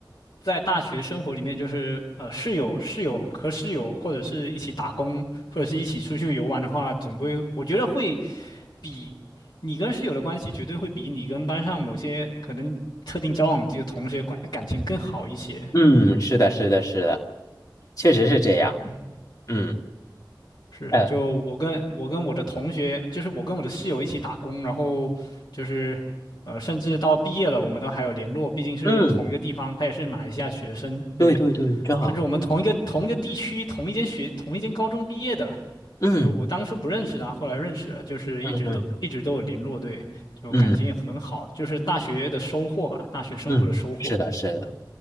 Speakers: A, on the left (about 80°); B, on the left (about 50°).
A: 在大学生活里面，就是呃室友室友和室友或者是一起打工，或者是一起出去游玩的话，总归我觉得会比你跟室友的关系绝对会比你跟班上某些可能特定交往的这个同学关感情更好一些。
B: <laughs> 嗯，是的，是的，是的，确实是这样。
A: 嗯。
B: 嗯，
A: 是，
B: 哎，
A: 就我跟我跟我的同学，就是我跟我的室友一起打工，然后就是，呃，甚至到毕业了，我们都还有联络，毕竟是同一个地方，
B: 嗯，
A: 他也是马来西亚学生，对，
B: 对对对，真好。
A: 甚至我们同一个同一个地区、同一间学、同一间高中毕业的，
B: 嗯
A: 就我当初不认识他，后来认识了，就是一直都一直都有联络，
B: 嗯嗯
A: 对，就感情也很好，
B: 嗯
A: 就是大学的收获吧，大学生活的收获。
B: 嗯，是的，是的。